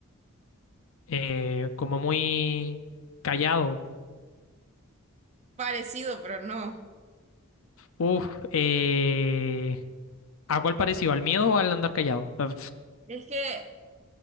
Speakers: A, on the left; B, on the right.
A: eh, como muy callado.
B: Parecido, pero no.
A: Uf, eh, ¿a cuál parecido? ¿Al miedo o al andar callado? Ah,
B: Es que,